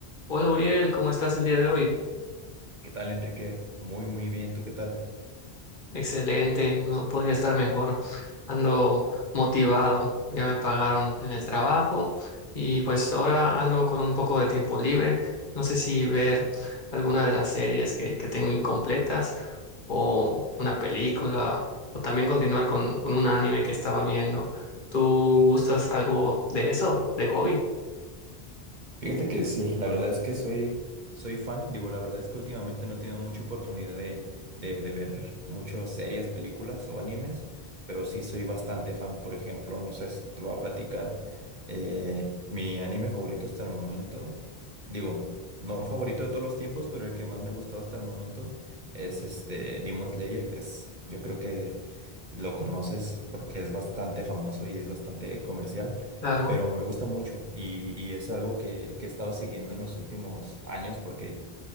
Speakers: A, on the left (about 55°); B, on the right (about 50°).
A: Hola Uriel, ¿cómo estás el día de hoy?
B: ¿Qué tal, Enrique? Muy, muy bien. ¿Tú qué tal?
A: Excelente, no podría estar mejor. Ando motivado, ya me pagaron en el trabajo y pues ahora ando con un poco de tiempo libre. No sé si ver alguna de las series que, que tengo incompletas o una película o también continuar con, con un anime que estaba viendo. ¿Tú gustas algo de eso, de hobby?
B: Fíjate que sí, la verdad es que soy, Soy fan. Digo, la verdad es que últimamente no he tenido mucha oportunidad de, de, de ver muchas series, películas o animes, pero sí soy bastante fan. Por ejemplo, no sé si te voy a platicar. eh, mi anime favorito hasta el momento, digo, no favorito de todos los tiempos, pero el que más me ha gustado hasta el momento es este Demon Slayer. Es, yo creo que lo conoces porque es bastante famoso y es bastante comercial.
A: Claro.
B: pero me gusta mucho y, y es algo que, que he estado siguiendo en los últimos años porque